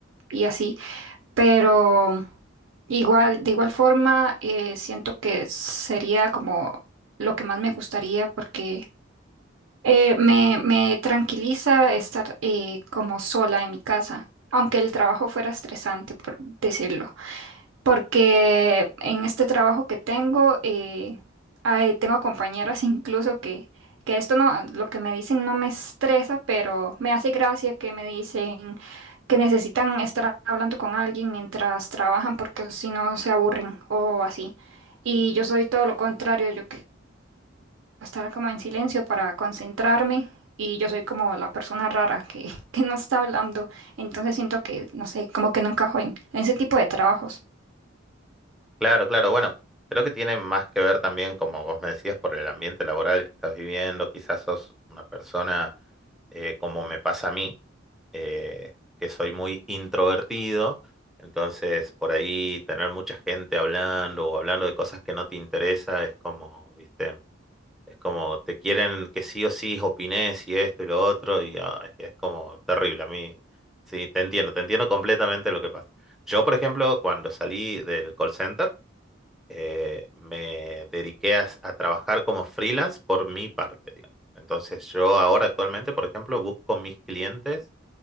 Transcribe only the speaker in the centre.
Claro, claro. Bueno, creo que tiene más que ver también, como vos me decías, por el ambiente laboral que estás viviendo. Quizás sos una persona, eh, como me pasa a mí, eh, que soy muy introvertido. Entonces, por ahí tener mucha gente hablando o hablando de cosas que no te interesa es como, viste, es como te quieren que sí o sí opines y esto y lo otro y ay, es como terrible a mí. Sí, te entiendo, te entiendo completamente lo que pasa. Yo, por ejemplo, cuando salí del call center, eh, me dediqué a, a trabajar como freelance por mi parte, digamos. Entonces yo ahora actualmente, por ejemplo, busco mis clientes